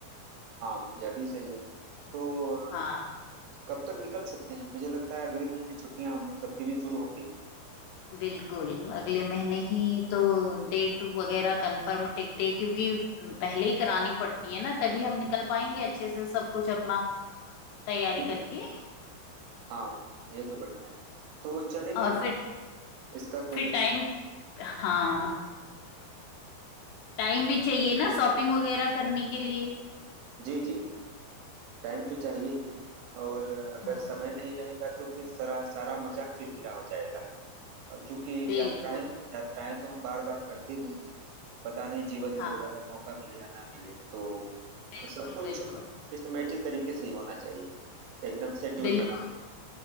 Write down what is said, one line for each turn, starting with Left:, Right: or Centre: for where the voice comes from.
Right: हाँ, यह भी सही है तो अ,
Left: हाँ
Right: कब तक निकल सकते हैं मुझे लगता है अगले महीने छुट्टियां हम सबकी भी शुरू होंगी
Left: बिल्कुल अगले महीने ही तो डेट वगैरह कंफर्म टिकटें क्योंकि पहले ही करानी पड़ती है ना तभी हम निकल पाएंगे अच्छे से सब कुछ अपना तैयारी
Right: जी जी
Left: करके
Right: हाँ ये तो बढ़िया है तो चलेंगे
Left: और
Right: कैसे
Left: फिर
Right: इसका कोई
Left: फिर टाइम हाँ टाइम भी चाहिए ना शॉपिंग वगैरह करने के लिए
Right: जी जी टाइम तो चाहिए ही और अ, अगर
Left: हाँ
Right: समय नहीं रहेगा तो फिर सारा सारा मजा किरकिरा हो जाएगा और चूंकि
Left: बिल्कुल
Right: यात्राएं यात्राएं तो हम बार बार करते नहीं है पता नहीं जीवन
Left: हाँ
Right: में दोबारा मौका मिले या ना मिले तो हाँ,
Left: बिल्कुल
Right: सब कुछ
Left: बिल्कुल
Right: सिस्टमेटिक तरीके से ही होना चाहिए एकदम शेड्यूल
Left: बिल्कुल
Right: बना के